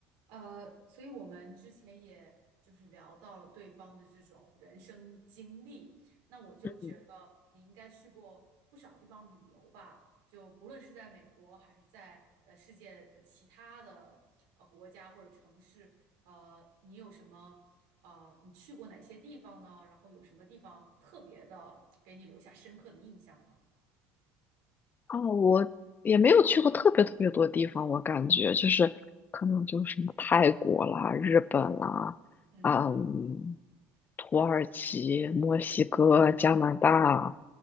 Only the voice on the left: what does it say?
嗯，
哦，我也没有去过特别特别多地方，我感觉就是可能就是什么泰国啦、日本啦、
嗯，土耳其、墨西哥、加拿大、